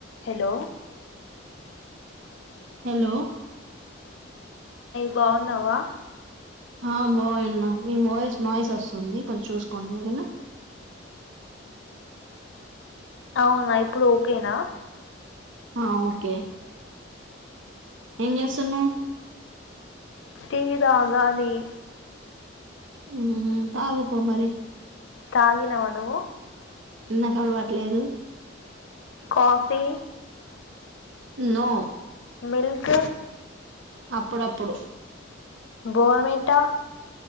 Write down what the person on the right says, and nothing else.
hello
ఆ బాగున్న మీ వాయిస్ నాయిస్ వస్తుంది కొంచెం చూసుకోండి ఎకనా
హ ఓకే ఎన్స్తున్నా
ఉ తాగుపో మరి
నాకు అలవట్లేదు
న
అప్పుడప్పుడు